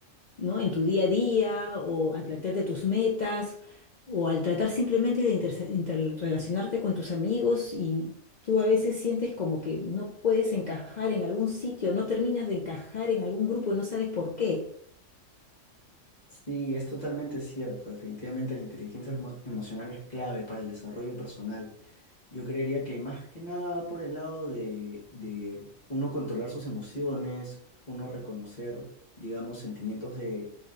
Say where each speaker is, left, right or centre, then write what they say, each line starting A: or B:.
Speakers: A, on the left; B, on the left.
A: ¿no? En tu día a día o al plantearte tus metas o al tratar simplemente de interse- interrelacionarte con tus amigos y tú a veces sientes como que no puedes encajar en algún sitio, no terminas de encajar en algún grupo y no sabes por qué.
B: Sí, es totalmente cierto. Definitivamente la inteligencia emo- emocional es clave para el desarrollo personal Yo creería que más que nada va por el lado de, de uno controlar sus emociones, uno reconocer, digamos, sentimientos de,